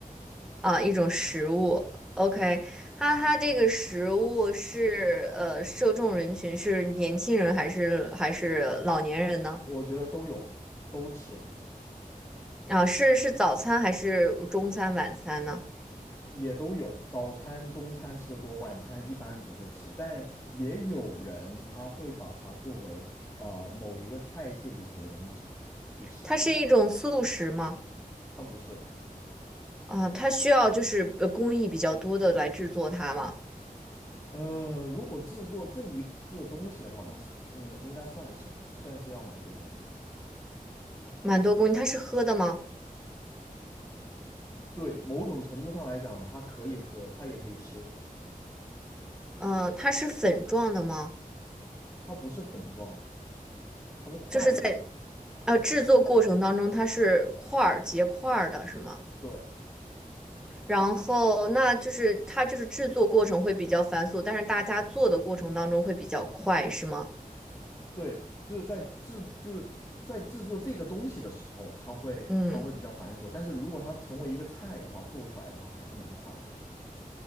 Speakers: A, in the centre; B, on the left.
A: 啊，一种食物，OK，
B: 对，
A: 它它这个食物是呃，受众人群是年轻人还是还是老年人呢？
B: 我觉得都有，都吃，
A: 啊，是是早餐还是中餐晚餐呢？
B: 也都有。早餐、中餐吃的多，晚餐一般不会吃，但也有人他会把它作为呃某一个菜系里头的东西去吃它，
A: 它是一种速食吗？
B: 它不是，
A: 啊，它需要就是呃工艺比较多的来制作它吗？
B: 呃，如果制作这一个东西的话，那那应该算是算是要蛮多工艺的。
A: 蛮多工艺，它是喝的吗？
B: 对，某种程度上来讲，它可以喝，它也可以吃，
A: 嗯、它是粉状的吗？
B: 它不是粉状的，它是块状的。
A: 就是在。呃，制作过程当中它是块儿结块儿的，是吗？
B: 对
A: 然后那就是它就是制作过程会比较繁琐，但是大家做的过程当中会比较快，是吗？
B: 对，就是在制就是在制作这个东西的时候，它会它会比较繁琐，
A: 嗯
B: 但是如果它成为一个菜的话，做出来的话还是蛮快的。